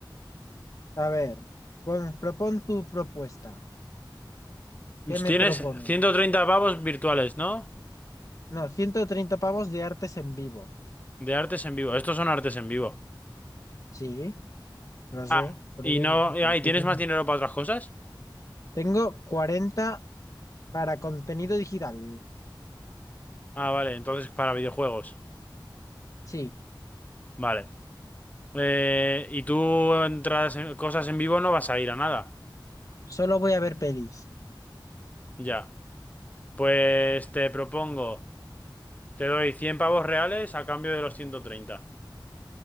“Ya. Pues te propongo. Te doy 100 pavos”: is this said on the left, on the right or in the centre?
Left